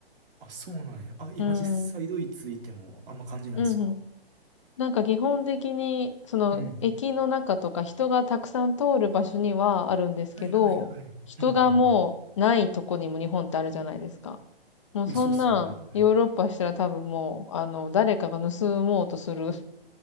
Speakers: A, on the right; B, on the left.
A: あ、そうなんや。あ、今実際ドイツいてもあんま感じないですか
B: うん。うんうん。なんか基本的に、その駅の中とか人がたくさん通る場所にはあるんですけど、
A: うん。はいはいはい。
B: 人がもうないとこにも日本ってあるじゃないですか。
A: うんうんうん。
B: もうそんなんヨーロッパしたら多分もう、
A: いや、そうっすよね。うん。
B: あの、誰かが盗もうとする